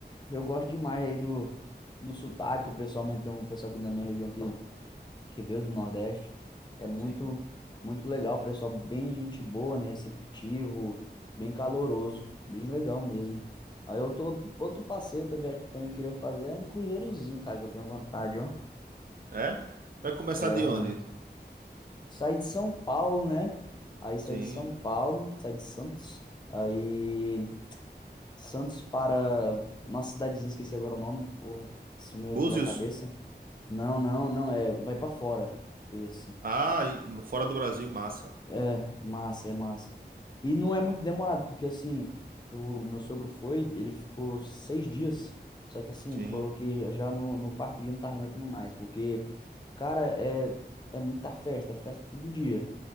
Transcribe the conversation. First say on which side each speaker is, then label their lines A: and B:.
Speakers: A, on the left (about 25°); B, on the right (about 55°).
A: Eu gosto demais aí do, do sotaque. O pessoal tem um pessoal aqui na minha região que que veio do Nordeste. É muito,
B: Sim.
A: muito legal, pessoal, bem gente boa, né? Receptivo, bem caloroso, bem legal mesmo. Aí eu tô, outro, outro passeio, outra viagem que eu também queria fazer é um cruzeirozinho, cara, que eu tenho vontade, ó.
B: É? Vai começar
A: É
B: de onde?
A: muito. Saí de São Paulo, né? Aí saí
B: Sim.
A: de São Paulo, saí de Santos, aí Santos para uma cidadezinha, esqueci agora o nome, pô, sumiu
B: Búzios?
A: aqui da cabeça. Não, não, não, é, vai para fora. Esse.
B: Ah, e fora do Brasil, massa.
A: É, é massa, é massa. E não é muito demorado, porque assim, o meu sogro foi, ele ficou seis dias, só que assim,
B: Sim,
A: ele falou que já no, no quarto dia não tava aguentando mais, porque, cara, é, é muita festa, é festa todo dia.